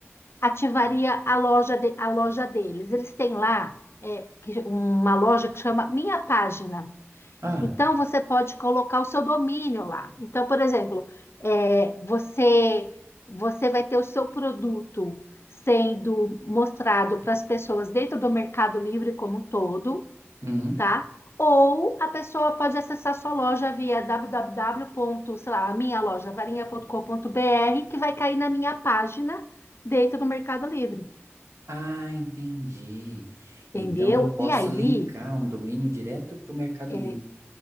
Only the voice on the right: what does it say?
Ah,
uhum.
Ah, entendi. Então
eu posso
linkar um domínio direto para o Mercado
Livre,